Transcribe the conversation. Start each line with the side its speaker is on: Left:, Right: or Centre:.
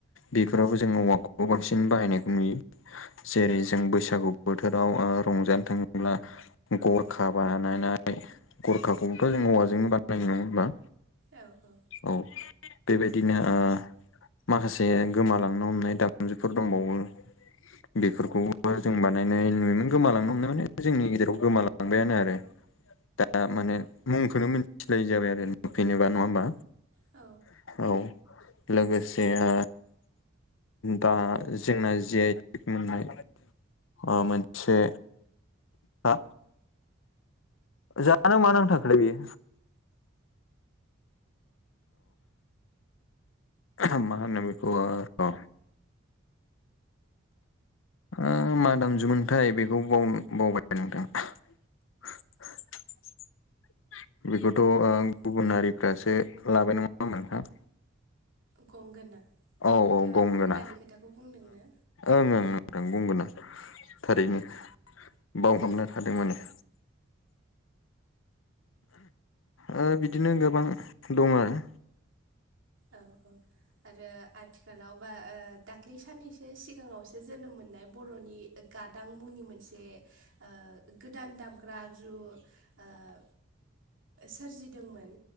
Left: बेफोरावबो जोङो औवाफोरखौ बांसिन बाहायनायखौ नुयो जेरै-
Right: औ
Left: जों बैसागु बोथोराव ओ रंजानो थाङोब्ला गरखाब बानायनाय गरखाखौबोथ' जों औवाजोंनो बानायो नङा होमबा
Right: औ औ
Left: औ बेबायदिनो ओ माखासे गोमालांनो हमनाय दामजुफोर दंबावो बेफोरखौबो जों बानायनाय नुयोमोन गोमालांनो हमनाय माने जोंनि गेजेराव गोमालांबायानो आरो दा माने मुंखौनो मिथिलायै जाबाय आरो नुफिनोबा नङा होमबा
Right: औ
Left: औ लोगोसे ओ दा जोंना जि आइ टेग मोननाय ओ मोनसे हा जानो मा नांथाखोथाय बियो अ माहोनो बेखौ ओ ओ मा दामजुमोनथाय बेखौ बाव बावबाय आं नोंथां <unintelligible> बेखौथ' ओम
Right: औ
Left: गुबुन हारिफ्रासो लाबाय नङा होमबा नोंथां
Right: गंगोना नोंथाङा
Left: औ औ गंगोना
Right: गंगोनानि खोथाखौ बुंदों ना
Left: ओं ओं ओं गंगोना थारैनो बावहाबना
Right: औ
Left: थादों माने ओ बिदिनो गोबां दं आरो
Right: औ औ आरो आथिखालाव बा ओ दाख्लै साननैसो सिगाङावसो जोनोम मोननाय बर'नि गादां मुंनि मोनसे ओ गोदान दामग्रा आगजु ओह सोरजिदोंमोन